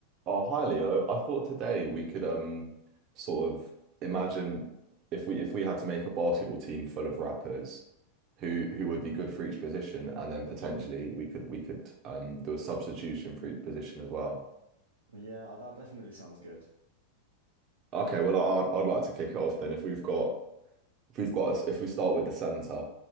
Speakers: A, on the right; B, on the right.
A: Oh, hi Leo. I thought today we could um sort of imagine if we if we had to make a basketball team full of rappers who who would be good for each position and then potentially we could we could um do a substitution for each position as well.
B: Yeah, uh, that definitely sounds good.
A: Okay, well I'd I'd like to kick it off then if we've got if we've got us, if we start with the center,